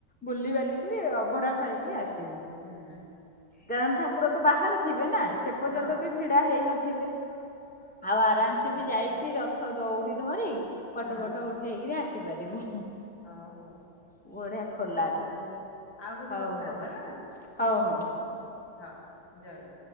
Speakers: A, in the centre; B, on the left.
A: ବୁଲିିବାଲି କିରି ଅଭଡ଼ା ଖାଇକି
B: ଦର୍ଶନ
A: ଆସିବୁ।
B: ହୁଁ
A: କାରଣ ଠାକୁର ତ ବାହାରେ ଥିବେ ନା ସେ ପର୍ଯ୍ୟନ୍ତ
B: ହଁ
A: ବି ଭିଡା ହେଇନଥିବେ। ଆଉ ଆରାମ୍
B: ହଉ
A: ସେ ବି ଯାଇକି ରଥ ଦଉଡ଼ି ଧରି ଫଟୋ
B: ହଉ
A: ବଟୋ ଉଠେଇ ହେଇକିରି ଆସିପାରିବୁ।
B: ଓହୋ।
A: ବଢିଆ
B: ଓ
A: ଖୋଲାରେ
B: ହଉ ତାହଲେ ଆଉ କେବେ
A: ହଉ
B: କଥା
A: ହଉ
B: ହବ ହେଲା ହୁଁ
A: ହଉ
B: ହୁଁ
A: ହଉ।
B: ହୁଁ ହୁଁ। ହୋଉ ଯାଅ।